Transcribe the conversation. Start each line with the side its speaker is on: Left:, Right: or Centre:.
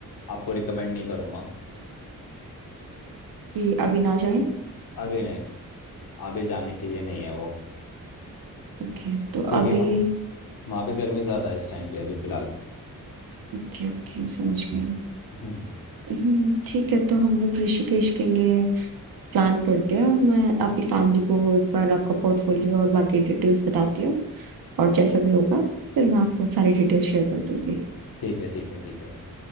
Left: आपको रिकमेंड नहीं करूँगा
Right: कि अभी ना जाएं
Left: अभी नहीं अभी जाने के लिए नहीं है वो
Right: ओके तो
Left: क्योंकि
Right: अभी
Left: वहाँ वहाँ पे गर्मी ज़्यादा है इस टाइम पे अभी फ़िलहाल
Right: ओके ओके समझ गई
Left: हम्म,
Right: हम्म, ठीक है तो हम लोग ऋषिकेश के लिए प्लान करते हैं और मैं आपकी फैमिली को एक बार आपका पोर्टफोलियो और बाकी डिटेल्स बताती हूँ और जैसा भी होगा फिर मैं आपको सारी डिटेल्स शेयर कर दूंगी
Left: ठीक है ठीक है ठीक है